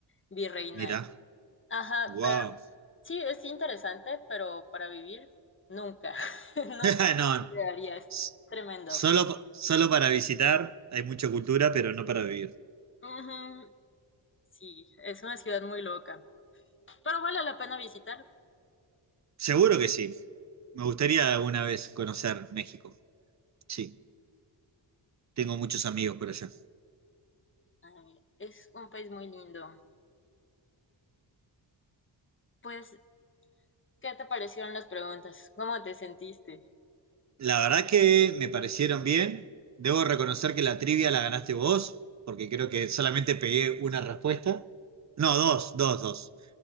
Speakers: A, on the left; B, on the right.
A: virreinal.
B: Mirá,
A: Ajá,
B: wow.
A: Sí, es interesante, pero para vivir nunca, <laughs> nunca
B: <laughs> No,
A: llegaría, es
B: s-
A: tremendo.
B: solo, solo para visitar, hay mucha cultura, pero no para vivir.
A: Ujú, Sí, es una ciudad muy loca, pero vale la pena visitar.
B: Seguro que sí. Me gustaría alguna vez conocer México. Sí, tengo muchos amigos por allá.
A: Ay, es un país muy lindo. Pues, ¿qué te parecieron las preguntas? ¿Cómo te sentiste?
B: La verdad que me parecieron bien. Debo reconocer que la trivia la ganaste vos, porque creo que solamente pegué una respuesta. No, dos, dos, dos.